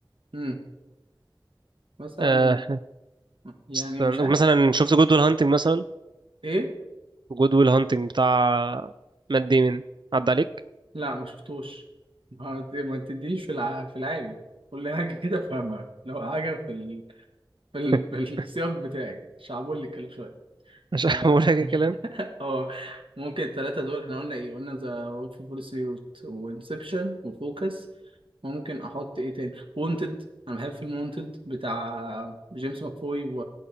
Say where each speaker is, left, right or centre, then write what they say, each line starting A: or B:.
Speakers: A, on the right; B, on the right.
A: مم. مثلا
B: أه
A: يعني
B: استنى
A: مش عارف
B: مثلا شفت جود ويل هانتنج مثلا
A: ايه
B: جود ويل هانتنج بتاع مات ديمن عدى عليك
A: لا ما شفتوش ما ما تديش في الع... في العادي قول لي حاجه كده فاهمها لو حاجه في ال... في ال...
B: <laughs>
A: في السياق بتاعك شعبولي الكلام شويه
B: مش
A: اه
B: هقول لك الكلام
A: <laughs> آه، ممكن الثلاثه دول احنا قلنا ايه قلنا ذا وولف اوف وول ستريت وانسبشن وفوكس ممكن احط ايه تاني وونتد انا بحب فيلم وونتد بتاع جيمس ماكفوي و...